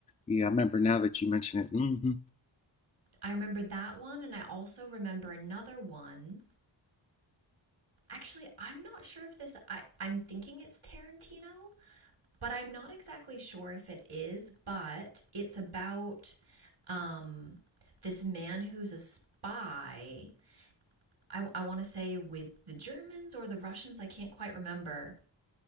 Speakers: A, on the left; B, on the right.
A: yeah, I remember now that you mention it. hmm
B: I remember that one and I also remember another one Actually, I'm not sure if this I, I'm thinking it's Tarantino, but I'm not exactly sure if it is, but it's about um this man who's a spy. I, I want to say with the Germans or the Russians, I can't quite remember.